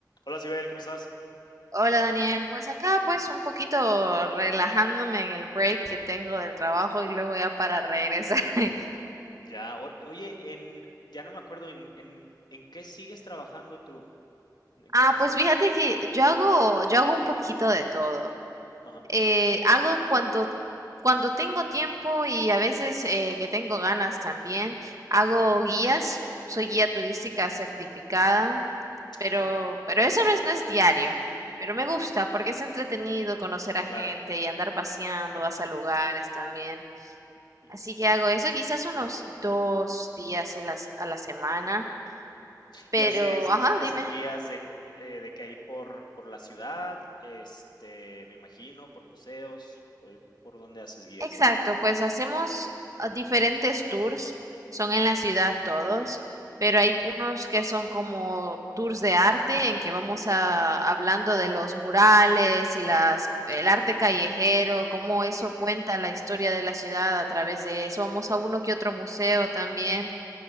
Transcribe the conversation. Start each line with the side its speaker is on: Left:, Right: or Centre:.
Left: Hola, Sibel, ¿cómo estás?
Right: Hola Daniel, pues acá pues un poquito relajándome en el break que tengo del trabajo y luego ya para regresar. <laughs>
Left: Ya, o- oye, en, ya no me acuerdo en, en, en qué sigues trabajando tú, en, en
Right: Ah,
Left: qué andas
Right: pues
Left: ahorita.
Right: fíjate que yo hago, yo hago un poquito de todo.
Left: Ajá.
Right: Eh, hago cuando, cuando tengo tiempo y a veces eh, que tengo ganas también, hago
Left: ujú,
Right: guías, soy guía turística certificada, pero,
Left: Órale.
Right: pero eso no es, no es diario. Pero me
Left: Ajá,
Right: gusta porque es entretenido conocer a
Left: claro.
Right: gente y andar paseando, vas a lugares también.
Left: ujú.
Right: Así que hago eso quizás unos dos días en las- a la semana. Pero,
Left: ¿Y haces,
Right: ajá,
Left: haces
Right: dime.
Left: guías de, eh, de que ahí por, por la ciudad, este, me imagino, por museos, por, por dónde haces guías?
Right: Exacto, pues hacemos ah, diferentes tours. Son
Left: Ajá,
Right: en la ciudad todos, pero hay unos que son como tours de arte en que vamos a, hablando de los murales y las, el
Left: órale.
Right: arte callejero, cómo eso cuenta la historia de la ciudad a través de eso. Vamos a uno que otro museo también.